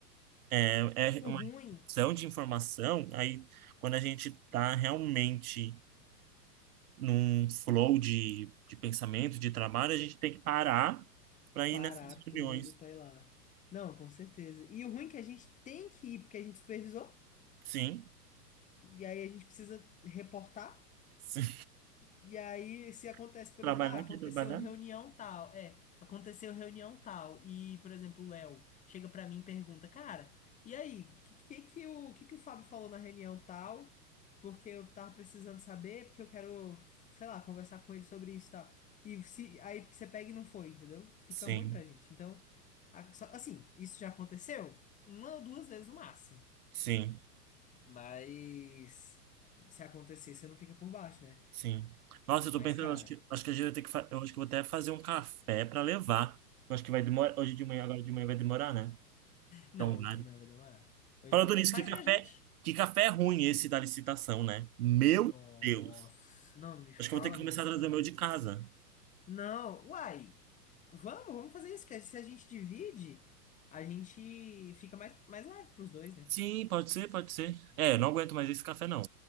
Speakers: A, on the right; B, on the left.
A: é, é
B: O
A: uma
B: ruim,
A: questão de informação, aí quando a gente tá realmente num flow de, de pensamento, de trabalho, a gente tem que parar para ir
B: parar
A: nessas reuniões.
B: tudo pra ir lá. Não, com certeza. E o ruim é que a gente tem que ir, porque a gente supervisou,
A: Sim,
B: e aí a gente precisa reportar.
A: sim.
B: E aí, se acontece,
A: <laughs>
B: por
A: Trabalhar,
B: exemplo, ah, aconteceu
A: quer trabalhar?
B: reunião tal, é, aconteceu reunião tal, e, por exemplo, o Léo chega pra mim e pergunta, cara, e aí, que, que, que, o, que, que o Fábio falou na reunião tal? Porque eu tava precisando saber, porque eu quero, sei lá, conversar com ele sobre isso e tal. E se, aí você pega e não foi, entendeu? Fica
A: Sim,
B: ruim pra gente. Então, a- só- assim, isso já aconteceu uma ou duas vezes no máximo.
A: sim.
B: Mas se acontecer, você não fica por baixo, né?
A: Sim. Nossa,
B: Mas,
A: eu tô pensando,
B: cara.
A: acho que, acho que a gente vai ter que, fa- eu acho que eu vou até fazer um café pra levar. Eu acho que vai demorar, hoje de manhã, agora de manhã vai demorar, né?
B: Não,
A: Então, vale.
B: hoje de manhã vai demorar. Hoje
A: Falando
B: de manhã.
A: nisso,
B: Faz
A: que café,
B: pra gente?
A: que café ruim esse da licitação, né? Meu
B: Nossa,
A: Deus.
B: não, não me fala
A: Acho que eu vou ter que começar
B: não,
A: a
B: cara.
A: trazer o meu de casa.
B: Não, uai. Vamos, vamos fazer isso, que se a gente divide, a gente fica mais, mais leve pros dois, né?
A: Sim, pode ser, pode ser. É, eu não aguento mais esse café, não.